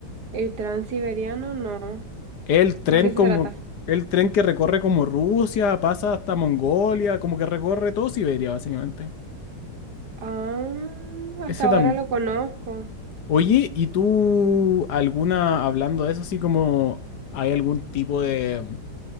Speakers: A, on the right; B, on the left.
A: el transiberiano no.
B: El tren
A: ¿De qué
B: como
A: se trata?
B: el tren que recorre como Rusia, pasa hasta Mongolia, como que recorre todo Siberia básicamente.
A: Ah, hasta
B: Ese
A: ahora
B: también.
A: lo conozco.
B: Oye, ¿y tú alguna hablando de eso así como hay algún tipo de